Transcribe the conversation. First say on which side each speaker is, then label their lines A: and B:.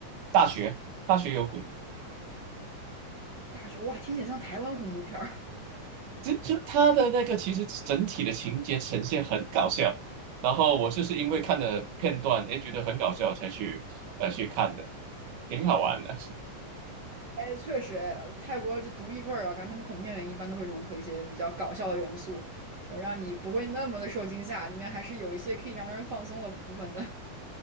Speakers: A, on the right; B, on the right.
A: 《大学》《大学有鬼》，
B: 大学哇，听起来像台湾恐怖片儿。
A: 就就它的那个其实整体的情节呈现很搞笑，然后我就是因为看了片段，哎，觉得很搞笑才去呃去看的，挺好玩的。
B: 哎，确实，泰国就独一份儿啊，感觉他们恐怖片里面一般都会融合一些比较搞笑的元素，呃让你不会那么的受惊吓，里面还是有一些可以让人放松的部分的。<laughs>